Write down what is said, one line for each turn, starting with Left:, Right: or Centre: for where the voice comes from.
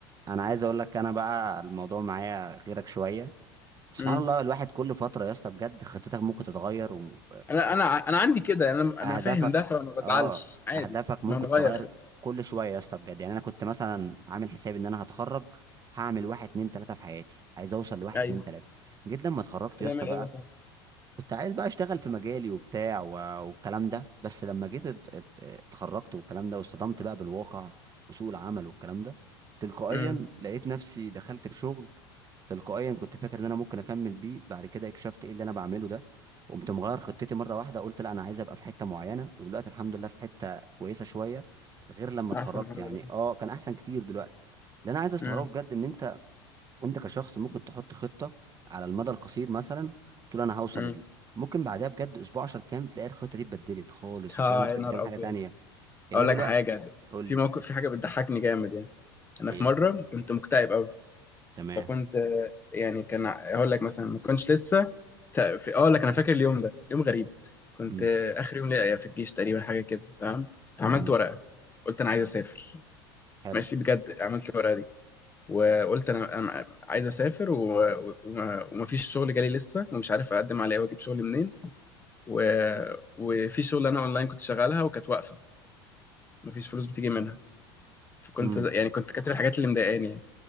Right: انا عايز اقول لك انا بقى الموضوع معايا غيرك شويه سبحان
Left: مم.
Right: الله الواحد كل فتره يا اسطى بجد خطتك ممكن تتغير و...
Left: انا انا ع- انا عندي كده انا
Right: اهدافك
Left: انا فاهم ده فما بزعلش
Right: اه
Left: عادي
Right: اهدافك ممكن
Left: ما هنغير
Right: تتغير
Left: خطة
Right: كل شويه يا اسطى بجد يعني انا كنت مثلا عامل حسابي ان انا هتخرج هعمل واحد اتنين تلاته في حياتي عايز اوصل لواحد
Left: ايوه
Right: اتنين تلاته جيت لما اتخرجت يا
Left: هتعمل
Right: اسطى بقى
Left: ايه مثلا
Right: كنت عايز بقى اشتغل في مجالي وبتاع و- والكلام ده بس لما جيت ات- ات- اتخرجت والكلام ده واصطدمت بقى بالواقع وسوق العمل والكلام ده تلقائيا
Left: امم
Right: لقيت نفسي دخلت في شغل تلقائيا كنت فاكر ان انا ممكن اكمل بيه بعد كده اكتشفت ايه اللي انا بعمله ده قمت مغير خطتي مره واحده قلت لا انا عايز ابقى في حته معينه ودلوقتي الحمد لله في حته كويسه شويه غير لما اتخرجت
Left: احسن الحمد
Right: يعني
Left: لله
Right: اه كان احسن كتير دلوقتي اللي انا عايز استغربه
Left: امم
Right: بجد ان انت انت كشخص ممكن تحط خطه على المدى القصير مثلا تقول انا هوصل
Left: امم
Right: لدي ممكن بعدها بجد اسبوع 10 ايام تلاقي الخطه دي اتبدلت خالص
Left: اه
Right: وتلاقي نفسك
Left: يا نهار
Right: بتعمل
Left: ابيض
Right: حاجه تانية يعني
Left: اقول
Right: أنا
Left: لك
Right: دلوقتي
Left: حاجه
Right: قول
Left: في
Right: لي
Left: موقف في حاجه بتضحكني جامد يعني انا
Right: ايه
Left: في مره كنت مكتئب قوي
Right: تمام
Left: فكنت آه، يعني كان ع- اقول لك مثلا ما كنتش لسه ت- في اقول لك انا فاكر اليوم ده يوم غريب كنت
Right: امم
Left: آه، اخر يوم ليا في الجيش تقريبا حاجه كده تمام اه فعملت
Right: امم
Left: ورقه قلت انا عايز اسافر
Right: حلو
Left: ماشي بجد عملت الورقه دي وقلت انا انا عايز اسافر و- و- ومفيش شغل جالي لسه ومش عارف اقدم على ايه واجيب شغل منين و... وفي شغل انا اونلاين كنت شغالها وكانت واقفه مفيش فلوس بتيجي منها فكنت
Right: امم
Left: ز- يعني كنت كاتب الحاجات اللي مضايقاني يعني.